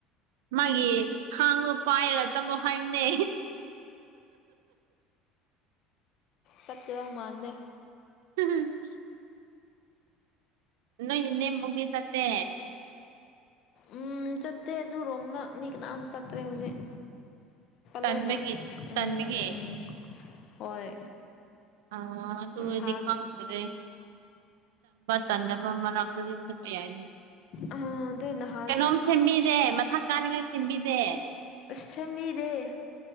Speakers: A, on the right; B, on the left.
A: ꯃꯥꯒꯤ ꯊꯥꯡꯗꯨ ꯄꯥꯏꯔ ꯆꯠꯂꯣ ꯍꯥꯏꯌꯨꯅꯦ
B: ꯆꯠꯀꯗꯧ ꯃꯥꯥꯟꯗꯦ
A: <unintelligible> ꯅꯪꯒꯤ ꯏꯅꯦꯝꯕꯣꯛꯇꯤ ꯆꯠꯇꯦ
B: ꯎꯝ ꯆꯠꯇꯦ ꯑꯗꯨꯔꯣꯝꯗ ꯃꯤ ꯀꯅꯥꯁꯨ ꯆꯠꯇ꯭ꯔꯦ ꯍꯧꯖꯤꯛ
A: ꯇꯟꯕꯒꯤ
B: ꯂꯣꯏꯅ ꯎꯝ
A: ꯇꯟꯕꯒꯤ
B: ꯎꯝ ꯍꯣꯏ
A: ꯑꯥ ꯑꯗꯨ
B: ꯅꯍꯥꯟ
A: ꯑꯣꯏꯔꯗꯤ ꯈꯪꯗꯦ ꯇꯟꯗꯕ ꯃꯔꯛꯇꯗꯤ ꯆꯠꯄ ꯌꯥꯏꯅ
B: ꯑꯗꯨꯏ ꯅꯍꯥꯟ
A: ꯀꯅꯥꯝ ꯁꯦꯝꯕꯤꯗꯦ ꯃꯥꯊꯛ ꯀꯥꯅꯤꯡꯉꯥꯏ ꯁꯦꯝꯕꯤꯗꯦ
B: ꯁꯦꯝꯕꯤꯗꯦ